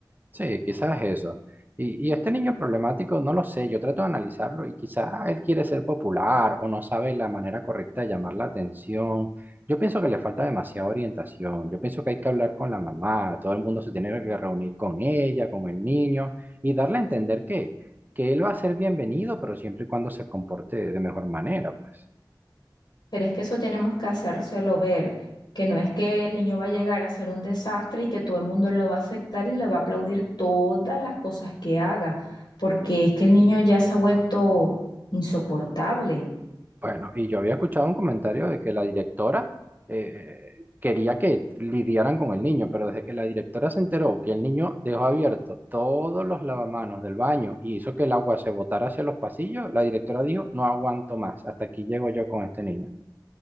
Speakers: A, on the right; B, on the left.
A: Sí, quizás eso. Y, y este niño problemático, no lo sé, yo trato de analizarlo y quizás él quiere ser popular o no sabe la manera correcta de llamar la atención. Yo pienso que le falta demasiada orientación. Yo pienso que hay que hablar con la mamá, todo el mundo se tiene que reunir con ella, con el niño y darle a entender que, que él va a ser bienvenido, pero siempre y cuando se comporte de mejor manera, pues.
B: Pero es que eso tenemos que hacérselo ver, que no es que el niño va a llegar a ser un desastre y que todo el mundo lo va a aceptar y le va a aplaudir todas las cosas que haga, porque es que el niño ya se ha vuelto insoportable.
A: Bueno, y yo había escuchado un comentario de que la directora eh, quería que lidiaran con el niño, pero desde que la directora se enteró que el niño dejó abierto todos los lavamanos del baño y hizo que el agua se botara hacia los pasillos, la directora dijo, no aguanto más, hasta aquí llego yo con este niño.